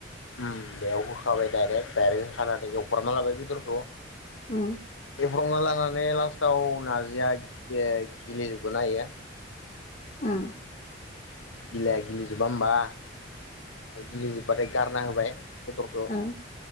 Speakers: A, on the left; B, on the left.
A: ओम बेयाव होखाबाय दडाइरेक्ट दडाइरेक्ट होखाना एवख्रना लाबाय बेदरखौ
B: ओम
A: फेब्रंना लानानै लास्टाव नार्जिया गेलेजोबगोना इयो
B: ओम
A: गिलाया गिलिजोबा होमबा गिलिजोबबाथाय गारना होबाय बेदरखौ
B: ओ